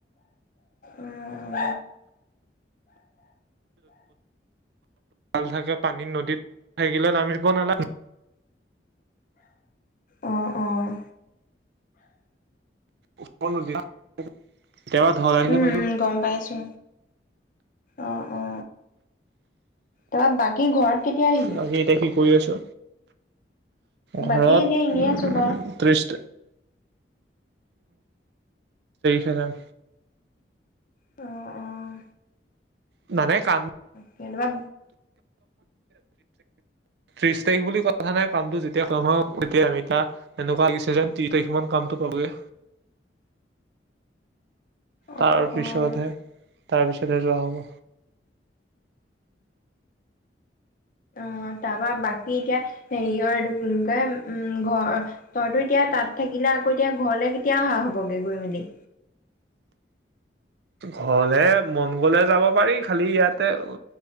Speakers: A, on the left; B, on the right.
A: উম
B: থাকে পানীত নদীত থাকিলে নামিব নালাগে।
A: উম,
B: কোবা ধৰা আহিল।
A: উম গম পাইছো অ অ। তাৰপৰা বাকী ঘৰত কেতিয়া আহিবি।
B: বাকী এতিয়া কি কৰি আছো। ঘৰত
A: বাকী এতিয়া এনেই
B: উ
A: আছোঁ বাৰু।
B: ত্ৰিশ। খ যাম।
A: অ', অ',
B: ইমানে কাম
A: কেতিয়াবা
B: ত্ৰিশ তাৰিখ বুলি কথা নাই কামটো যেতিয়া কম হ তেতিয়া আমি তাৰ এনেকুৱাছে যেন ত্ৰিশ তাৰিখ মান কামটো পাবয়ে
A: অ',
B: তাৰপিছতহে
A: অ',
B: তাৰপিছতহে যোৱা হব
A: অ তাৰপৰা বাকী এতিয়া হেৰিয় এই উম ঘৰ তইতো এতিয়া তাত থাকিলে আকৌ এতিয়া ঘৰলে কেতিয়া অহা হবগে গৈ মেলি
B: ঘৰলে মন গলে যাব পাৰি খালি ইয়াতে উ